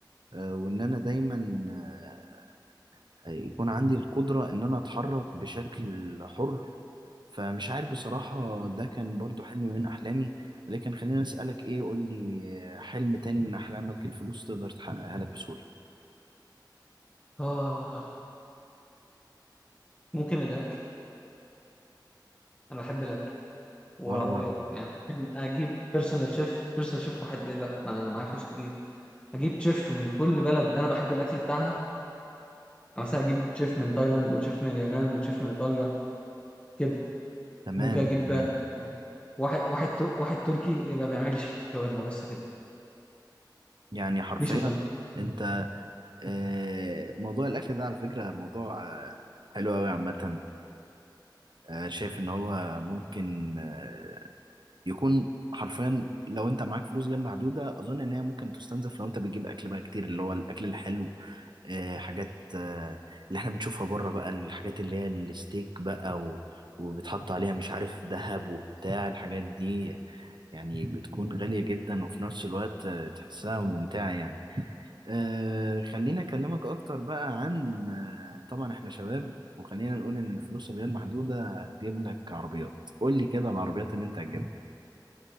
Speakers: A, on the right (about 70°); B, on the left (about 15°).
A: آه، وان انا دايما آه، يكون عندي القدرة إن أنا أتحرك بشكل حر فمش عارف بصراحة ده كان برضو حلم من أحلامي لكن خلينا أسألك إيه قول لي حلم تاني من أحلامك الفلوس تقدر تحققها لك بسهولة
B: اه ممكن الاكل انا بحب الاكل والعربيات
A: وأنا برضو
B: يعني ممكن اجيب بيرسونال شيف بيرسونال شيف واحد ليه بقى ما انا معايا فلوس كتير اجيب شيف من كل بلد انا بحب الاكل بتاعها يعني مثلا اجيب شيف من تايلاند وشيف من اليابان وشيف من ايطاليا كده
A: تمام
B: ممكن اجيب
A: تمام
B: آه، واحد واحد تو- واحد تركي يبقى بيعمل لي شاورما بس كده
A: يعني حرفيا
B: دي شغلانتي
A: أنت آه، موضوع الأكل ده على فكرة موضوع آه، حلو أوي عامة آه، شايف إن هو ممكن آه، يكون حرفيا لو انت معاك فلوس غير محدوده اظن ان هي ممكن تستنزف لو انت بتجيب اكل بقى كتير اللي هو الاكل الحلو آه، حاجات آه، اللي احنا بنشوفها بره بقى الحاجات اللي هي الستيك بقى و... وبتحط عليها مش عارف ذهب وبتاع الحاجات دي يعني بتكون غالية جدا وفي نفس الوقت آه، تحسها ممتعة يعني أه خليني أكلمك أكتر بقى عن آه، طبعا احنا شباب وخلينا نقول إن الفلوس الغير محدودة هتجيب لك عربيات قول لي كده العربيات اللي أنت هتجيبها